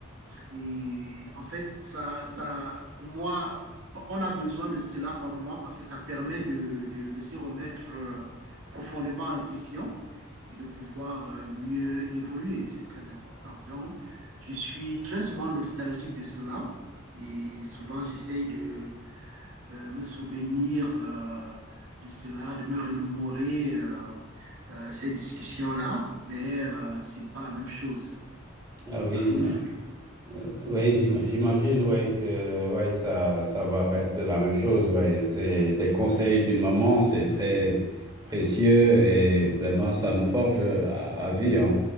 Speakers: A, on the right (about 80°); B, on the right (about 20°).
A: Et en fait, ça, ça, pour moi, on a besoin de cela par moment parce que ça permet de, de, de se remettre euh, profondément en question et de pouvoir euh, mieux évoluer. C'est très important. Donc, je suis très souvent nostalgique de cela et souvent j'essaye de euh, me souvenir euh, de cela, de me remémorer euh, euh, cette discussion-là, mais euh, c'est pas la même chose.
B: Ah
A: C'est
B: oui.
A: pas la même chose.
B: Euh, Oui, j'im- j'imagine oui, que ouais, ça ça va pas être la même chose. Ouais, C'est des conseils d'une maman, c'est très précieux et vraiment, ça nous forge euh, à, à vie. hein.